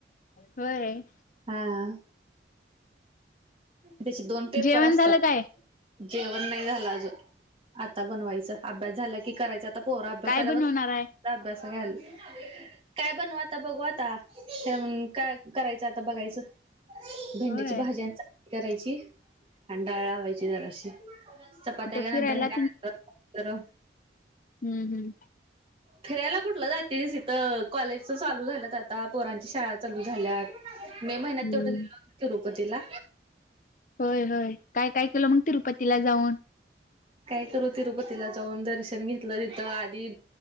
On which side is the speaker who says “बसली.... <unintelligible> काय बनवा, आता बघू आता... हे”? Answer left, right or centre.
Right